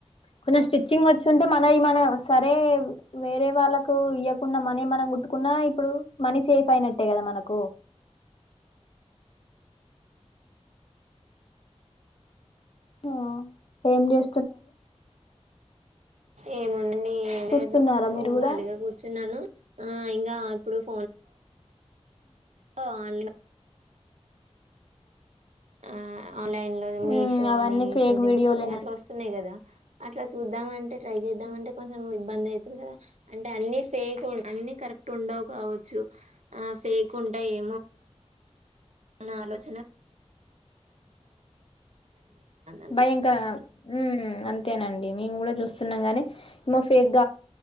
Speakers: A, on the left; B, on the right.
A: కొంచెం స్టిచ్చింగ్ వచ్చుంటే మనయి మన సరే వేరే వాళ్ళకు ఇయ్వకుండా మనియి మనం గుట్టుకున్నా ఇప్పుడు మనీ సేఫ్ అయినట్టే కదా మనకు ఆ ఏం చేస్తున్నారు
B: ఏముంది నీ ఏం
A: చూస్తున్నారా
B: లేదు
A: మీరు కూడా
B: ఖాళీగా కూర్చున్నాను ఆ ఇంకా ఇప్పుడు ఫోన్లలో
A: హ్
B: కాళ్ళు నొప్ <unintelligible> ఆ ఆన్లైన్ లో మీషో
A: ఉమ్ అవన్నీ
B: అని
A: ఫేక్
B: సంథింగ్
A: వీడియోలేనండి
B: సంథింగ్ అట్లా వస్తున్నాయి కదా అట్లా చూద్దామ అంటే ట్రై చేద్దామ అంటే కొంచెం ఇబ్బంది అయితది కదా అంటే అన్ని ఫేక్ అ కరెక్ట్ ఉండవు కావచ్చు ఆ ఫేక్ ఉంటాయ ఏమో ఆ మన ఆలోచన కొంచం అంతే
A: భయంకర హ్మ్ అంతేనండి మేము కూడా చూస్తున్నాంగాని ఏమో ఫేక్ కావచ్చు ఏమో అని కొంచెం